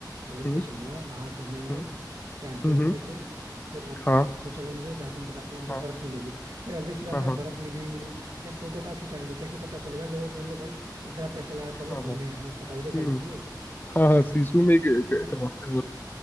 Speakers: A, on the right; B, on the left.
A: चलेंगे
B: हम्म
A: शिमला वहां घूमेंगे
B: हम्म
A: कैंपिंग
B: हम्म हम्म,
A: करेंगे फिर वहां
B: हाँ
A: से सीसो चलेंगे जहाँ तुम बता रहे हो जहाँ पे
B: हाँ
A: बर्फ मिलेगी भाई ऑब्वियस सी बात
B: हाँ
A: है
B: हाँ
A: बर्फ मिल नहीं मिली तो ये फोटो कहाँ खिंचाएंगे कैसे पता चलेगा लोगों कि हम लोग भाई इतना पैसे लगा
B: हाँ
A: के हम लोग
B: हाँ
A: घूमने
B: हाँ,
A: आए हैं पता भी तो
B: हम्म
A: चलना चाहिए
B: हाँ हाँ शीशु में ही क-
A: अच्छा
B: क-
A: मैं
B: करवाते
A: क्या
B: हैं और